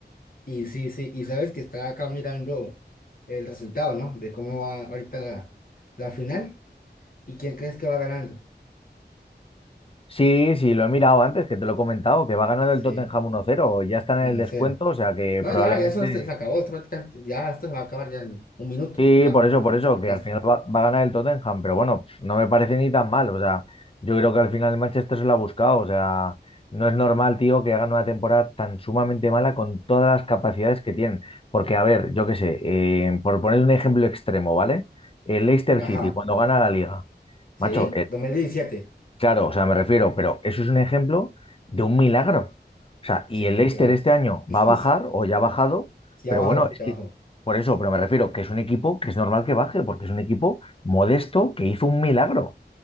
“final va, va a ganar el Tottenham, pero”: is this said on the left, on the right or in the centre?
Left